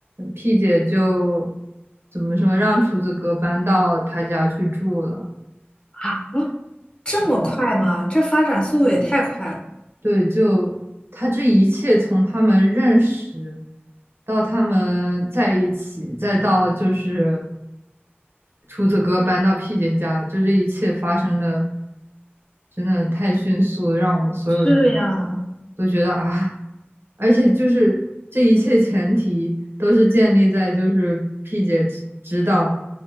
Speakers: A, on the right (about 70°); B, on the left (about 25°).
A: P 姐就怎么说，让厨子哥搬到他家去住了。
B: 啊，这么快吗？
A: 是的，
B: 这发展速度也太快了。
A: 对，就他这一切从他们认识到他们在一起，再到就是。厨子哥搬到 P 姐家，就这一切发生的真的太迅速了让我们所有人都
B: 是呀，
A: 都觉得啊，而且就是这一切前提都是建立在就是 P 姐知知道